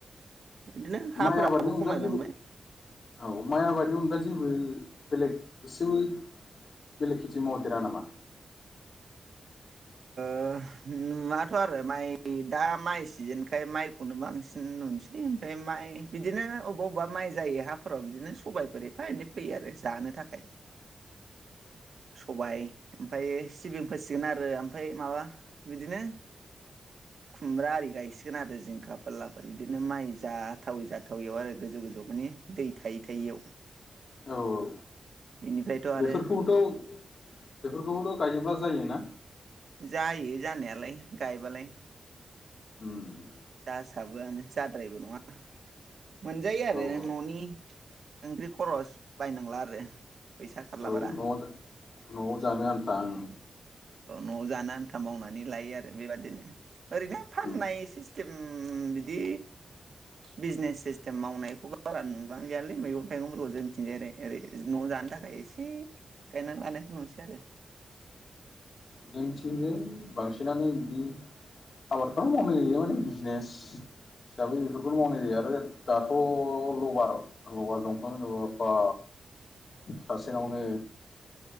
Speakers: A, on the right; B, on the left.
A: बिदिनो हाफोराबो
B: माइ आबादनि अनगा
A: खमायलांबाय
B: जेबो औ माइ आबादनि अनगा जेबो बेलेग बिसिम बेलेग खेथि मावदेरा नामा <unintelligible>
A: ओ उम नुवाथ' आरो माइ दा माइ सिजेनखाय माइखौनो बांसिन नुनोसै ओमफ्राय माइ बिदिनो अबेबा अबेबा माइ जायो हाफोराव बिदिनो सबायफोर एफा एनै फैयो आरो जानो थाखाय
B: <inaudible>
A: सबायाइ ओमफ्राय सिबिं फोसिगोन आरो ओमफ्राय माबा बिदिनो खुमब्रा आरि गायसिगोन आरो जिंखा फोरलाफोर बिदिनो माइ जाथावै जाथावैयाव आरो गोजौ गोजौ माने दै थायै थायैयाव
B: औ औ
A: बिनिफ्रायथ' आरो
B: बेफोरखौबोथ' बेफोरखौबोथ' गायो अब्ला जायोना
A: जायो जानायालाय गायबालाय
B: <inaudible>
A: गासाबोआनो जाद्राययि नङा मोनजायो आरो
B: औ औ
A: न'नि ओंख्रि खरस बायनांला आरो फैसा खारला
B: औ
A: बारा
B: न'आवनो न'आव जानो आन्था ओं
A: न'आव जानो आन्था मावनानै लायो आरो बेबदिनो ओरैनो फाननाय
B: उम
A: एसे बिदि उम बिदि बिजनेस सिस्टेम मावनायखौबो बारा नुबांलियालै मैगं थाइगंफोरखौ जों निथिंजायो ओरै न'आव जानो थाखाय एसे गायनानै लानायखौ नुसै आरो
B: जोंथिंजाय बांसिनानो बिदि आबादफ्रा मावनाय जायो माने बिजनेस हिसाबै बेफोरखौनो मावनाय जायो आरो दाथ' रबार लबार दंफां दंङ बा सासेनावनो